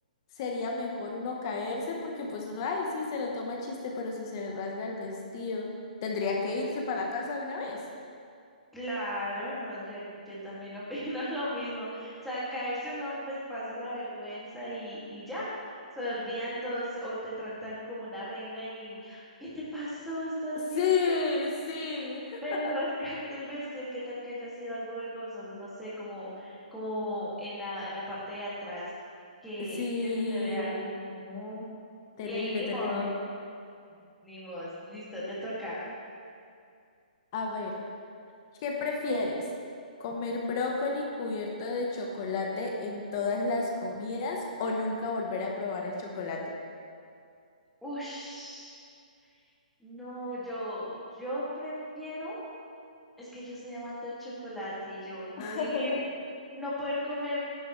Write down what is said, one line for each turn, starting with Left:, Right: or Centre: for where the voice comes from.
Left: sería mejor uno caerse porque pues uno, ay, sí, se lo toma chiste, pero si se le rasga el vestido, tendría que irse para la casa de una vez.
Centre: Claro, no, yo, yo también opino <laughs> lo mismo. O sea, caerse uno pues pasa la vergüenza y, y ya, se olvidan todos o te tratan como una reina y ¿qué te pasó? ¿Estás
Left: Sí,
Centre: bien?
Left: sí.
Centre: Pero
Left: <laughs>
Centre: <laughs> rascarte el vestido, ¿qué tal que haya sido algo vergonzoso? No sé, como, como en la, en la parte de atrás, que,
Left: Sí,
Centre: que se te vea algo. No.
Left: terrible,
Centre: Y ahí ni
Left: terrible.
Centre: modo, ni modo, listo, te toca.
Left: A ver. ¿Qué prefieres? ¿Comer brócoli cubierto de chocolate en todas las comidas o nunca volver a probar el chocolate?
Centre: Ush. No, yo, yo prefiero. Es que yo soy amante del chocolate y yo no
Left: <laughs>
Centre: vivir, no poder comer